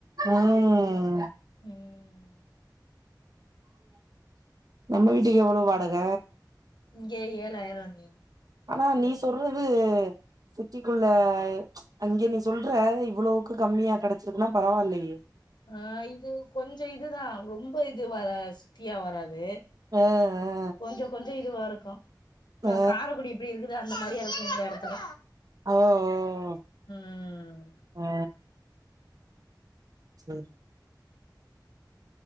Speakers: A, on the right; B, on the left.
A: ம்
B: ம்
A: நம்ம வீட்டுக்கு எவ்ளோ வாடக
B: இங்க ஏழாய்ரோ அண்ணி
A: ஆனா நீ சொல்றது சிட்டிக்குள்ள அங்கே நீ சொல்ற இவ்வளோக்கு கம்மியா கெடைச்சிருக்குன்னா பரவால்லியே
B: ஆ இது கொஞ்சொ இதுதா ரொம்ப இது வரா சிட்டிய வராது
A: அ அ
B: கொஞ்சொ கொஞ்சொ இதுவாருக்கு நா
A: ஆ
B: காரக்குடி இப்புடி இருக்குதா அந்த மாரி எரக்கூ இந்த இடத்துல
A: ஓ
B: ம்
A: ஆ சேரி